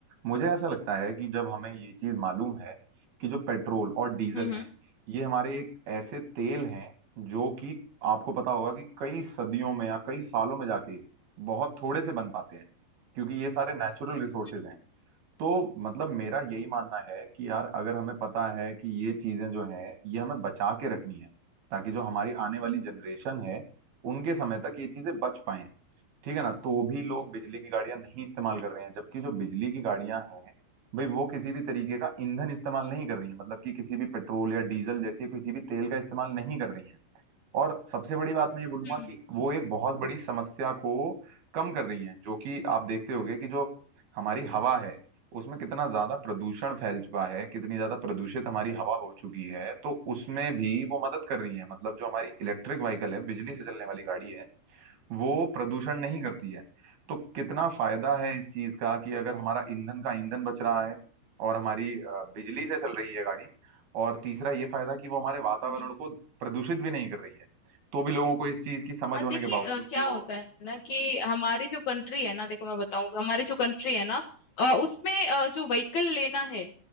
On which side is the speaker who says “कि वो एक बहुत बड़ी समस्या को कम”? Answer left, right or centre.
Right